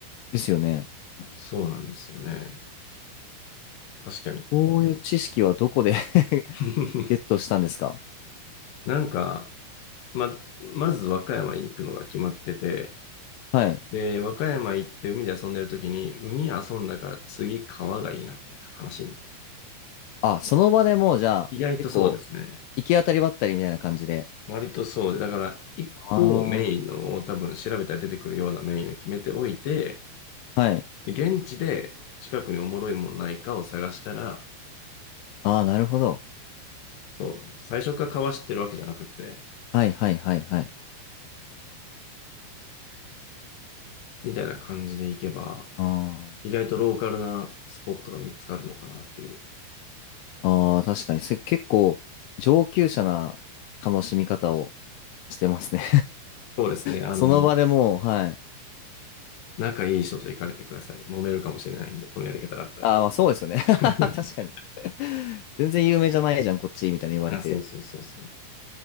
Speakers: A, on the left; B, on the left.
A: ですよね。
B: そうなんですよね。確かに。
A: そういう知識はどこで <laughs>
B: <laughs>
A: ゲットしたんですか
B: なんか、ま、まず和歌山に行くのが決まってて、
A: はい。
B: で、和歌山行って海で遊んでる時に、海遊んだから次川がいいなみたいな話に。
A: あ、その場でもうじゃあ、
B: 意外とそうですね。
A: 結構、行き当たりばったりみたいな感じで。
B: 割とそうで、だから、一個をメインのを多分調べたら出てくるようなメインを決めておいて、
A: ああ。はい。
B: で現地で近くにおもろいもんないかを探したら、
A: ああ、なるほど。
B: そう、最初からかわしてるわけじゃなくて、
A: はいはいはいはい。
B: みたいな感じでいけば、
A: ああ。
B: 意外とローカルなスポットが見つかるのかなっていう。
A: ああ、確かに。それ結構、上級者な楽しみ方をしてますね
B: そうですね。あの、
A: <laughs> その場でもう、はい。
B: 仲いい人と行かれてください。揉めるかもしれないんで、このやり方だったら。
A: ああ、まあそうですよね <laughs>
B: <laughs>
A: 確かに全然有名じゃないじゃん、こっち、みたいな言われて。
B: あ、そうそうそうそう。